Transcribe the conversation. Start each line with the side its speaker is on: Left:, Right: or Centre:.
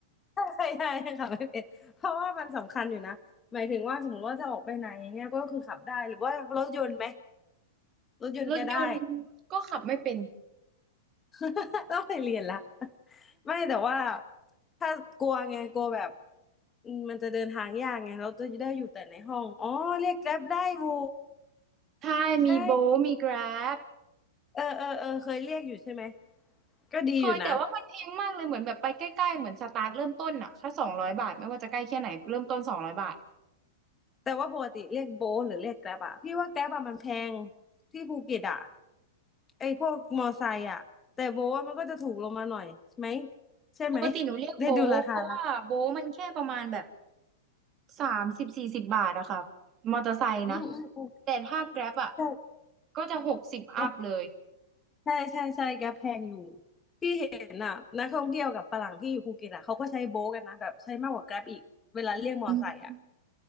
Left: <laughs> ใช่ใช่ขับไม่เป็นเพราะว่ามันสำคัญอยู่นะหมายถึงว่าสมมติว่าจะออกไปไหนอย่างเงี้ยก็คือขับได้หรือว่ารถยนต์ไหมรถยนต์ก็ได้
Right: <laughs> รถยนต์ก็ขับไม่เป็น
Left: <laughs> ต้องไปเรียนละไม่แต่ว่าถ้ากลัวไงกลัวแบบอืมมันจะเดินทางยากไงเราจะได้อยู่แต่ในห้องอ๋อเรียกแกร็บได้บู
Right: ใช่มีโบทมีแกร็บ
Left: ใช่เออเออเออเคยเรียกอยู่ใช่ไหมก็ดีอยู่นะ
Right: เคยแต่ว่ามันแพงมากเลยเหมือนแบบไปใกล้ๆเหมือนสตาร์ทเริ่มต้นอะแค่สองร้อยบาทไม่ว่าจะใกล้แค่ไหนเริ่มต้นสองร้อยบาท
Left: แต่ว่าปกติเรียกโบทหรือเรียกแกร็บอะพี่ว่าแกร็บอะมันแพงที่ภูเก็ตอะไอพวกมอไซค์อะแต่โบทอะมันก็จะถูกลงมาหน่อยใช่ไหมใช่ไหม
Right: ปกติหนูเรียกโบทเพราะว่าโบทมันแค่ประมาณแบบ
Left: <laughs> ได้ดูราคาละ
Right: สามสิบสี่สิบบาทอะค่ะมอเตอร์ไซค์นะ
Left: อืมอืมอืม
Right: แต่ถ้าแกร็บอะ
Left: ใ
Right: ก็จะหกสิบอัพเลย
Left: ช่ ใช่ใช่ใช่แก๊ปแพงอยู่ที่เห็นอ่ะนักท่องเที่ยวกับฝรั่งที่อยู่ภูเก็ตอ่ะเขาก็ใช้โบ๊ทกันนะแบบใช้มากกว่าแกรบอีกเวลาเรียกมอไซค์อ่ะ
Right: อืม